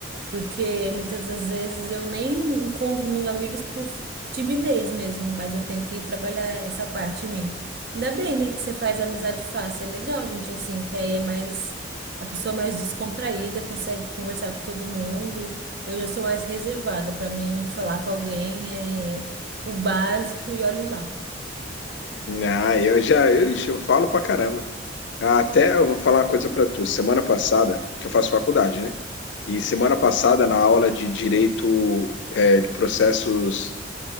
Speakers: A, on the right; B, on the left.
A: Porque muitas das vezes eu nem encontro meus amigos por timidez mesmo, mas eu tenho que trabalhar essa parte em mim. Ainda bem, né, que você faz amizade fácil. É legal, gente, assim, que aí é mais, a pessoa é mais descontraída, consegue conversar com todo mundo. Eu já sou mais reservada. Para mim, falar com alguém é o básico e olhe lá.
B: Ah, eu já, eu, ixi, eu falo pra caramba. Ah, Até eu vou falar uma coisa pra tu. Semana passada, que eu faço faculdade, né? E semana passada, na aula de direito, é, de processos,